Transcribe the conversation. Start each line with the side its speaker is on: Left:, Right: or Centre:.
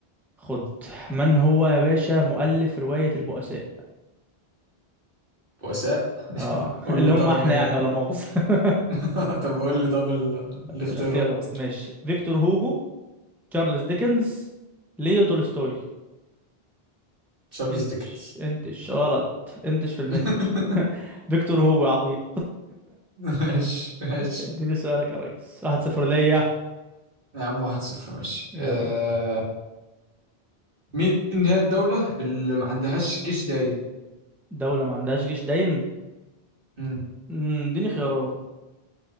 Centre: خد من هو يا باشا مؤلف روايه البؤساء
Right: بؤساء <laughs>
Centre: اه
Right: قول
Centre: <laughs> اللي
Right: لي
Centre: هم
Right: طب
Centre: احنا
Right: مين
Centre: يعني
Right: ال...
Centre: ولا مؤاخذه <laughs>
Right: <laughs> طب قول لي طب ال...
Centre: الاختيارات
Right: الاختيارات
Centre: ماشي فيكتور هوجو تشارلز ديكنز ليو تولستوي
Right: تشارلز
Centre: انتش
Right: ديكنز
Centre: انتش غلط انتش في المنتش
Right: <laughs>
Centre: فيكتور هوجو يا عبيط
Right: ماشي ماشي
Centre: اديني سؤالك يا ريس واحد صفر ليا
Right: يا عم واحد صفر ماشي
Centre: يلا
Right: أه... مين هي الدولة اللي ما عندهاش جيش دايم؟
Centre: دولة ما عندهاش جيش دايم
Right: مم.
Centre: مم، اديني خيارات